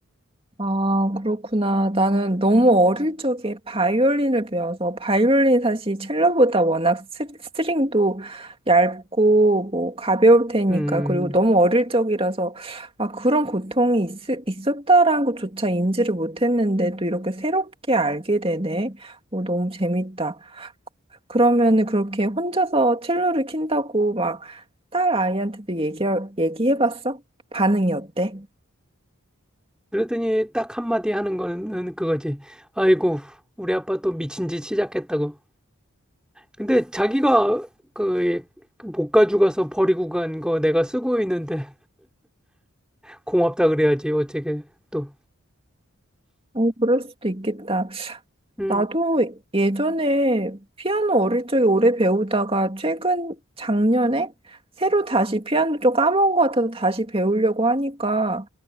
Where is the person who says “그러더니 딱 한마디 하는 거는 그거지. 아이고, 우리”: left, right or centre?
Centre